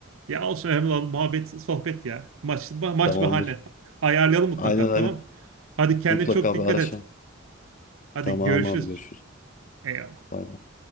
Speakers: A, on the right; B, on the left.
A: Ya olsun önemli olan muhabbet, sohbet ya. Maç, ma- maç
B: Tamamdır.
A: bahane. Ayarlayalım mutlaka
B: Aynen aynen.
A: tamam. Hadi kendine
B: Mutlaka
A: çok dikkat
B: bir araşalım.
A: et. Hadi
B: Tamam
A: görüşürüz.
B: abi görüşürüz.
A: Eyvallah.
B: Bay bay.